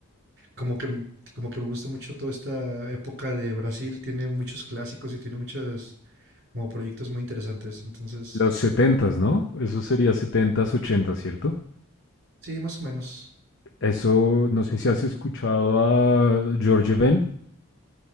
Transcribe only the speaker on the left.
Los setentas, ¿no? Eso sería setentas, ochentas, ¿cierto?
Eso, no sé si has escuchado a George Ben.